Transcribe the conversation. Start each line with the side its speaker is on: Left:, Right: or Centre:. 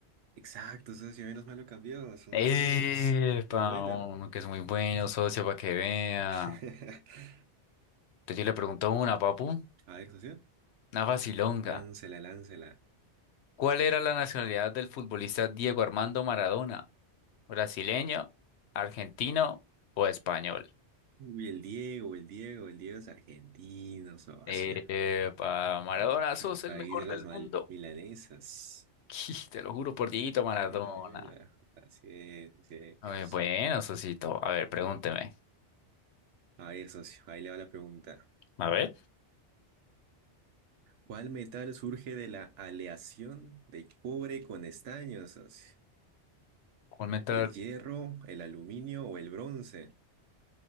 Right: Exacto, socio, menos mal lo cambió, son
Left: Epa,
Right: seis meses. Muy buena.
Left: uno que es muy bueno, socio, para que vea.
Right: <laughs>
Left: Entonces yo le pregunto una, papu.
Right: A ver, socio,
Left: Una facilonga.
Right: láncela, láncela.
Left: ¿Cuál era la nacionalidad del futbolista Diego Armando Maradona? ¿Brasileño, argentino o español?
Right: Uy, el Diego, el Diego, el Diego es argentino, socio.
Left: Eh, para Maradona, sos
Right: El país
Left: el mejor
Right: de las
Left: del
Right: mal-
Left: mundo.
Right: milanesas.
Left: <laughs> Te lo juro por Dieguito Maradona.
Right: Buena, mi buena. Así es, así
Left: A
Right: es.
Left: ver, bueno, Sosito. A ver, pregúnteme.
Right: A ver, socio, ahí le va la pregunta.
Left: A ver.
Right: ¿Cuál metal surge de la aleación de cobre con estaño, socio?
Left: ¿Cuál metal,
Right: ¿El hierro, el aluminio o el bronce?